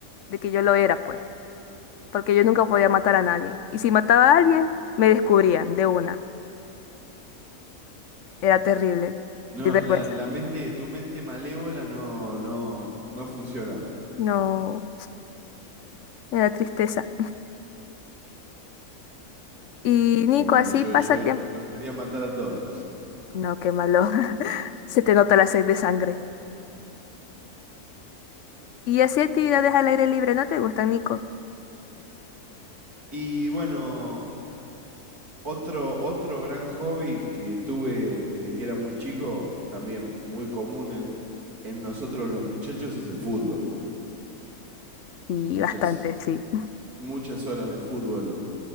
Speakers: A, on the left; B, on the right.
A: de que yo lo era, pues. Porque yo nunca podía matar a nadie. Y si mataba a alguien, me descubrían de una. Era terrible.
B: No,
A: De vergüenza.
B: la, la mente, tu mente malévola no, no, no funciona.
A: No, era tristeza. <laughs> Y
B: Sí,
A: Nico,
B: no,
A: así
B: yo,
A: pasa
B: yo
A: tiempo.
B: los quería matar a todos.
A: No, qué malo. <laughs> Se te nota la sed de sangre. ¿Y así actividades al aire libre no te gustan, Nico?
B: Y bueno, otro, otro gran hobby que tuve desde que era muy chico, también muy común en, en nosotros los muchachos, es el fútbol.
A: Y
B: Muchas,
A: bastante, sí.
B: muchas horas de fútbol.